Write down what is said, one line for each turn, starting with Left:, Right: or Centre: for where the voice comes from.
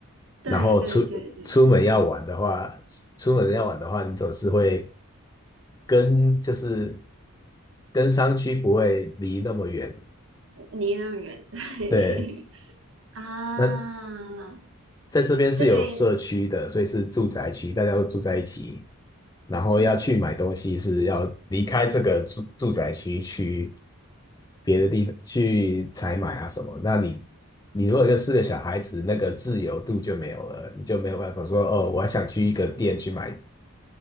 Right: 对对对对，
Left: 然后出出门要玩的话，出出门要玩的话，你总是会跟就是跟商区不会离那么远，
Right: 离那么远，对 <laughs>
Left: 对。
Right: 啊，
Left: 那在这边是有社区的，
Right: 对，
Left: 所以是住宅区，大家都住在一起。然后要去买东西是要离开这个住住宅区去
Right: 嗯
Left: 别的地方去采买啊什么。那你你如果就是个小孩子，那个自由度就没有了，你就没有办法说哦，我还想去一个店去买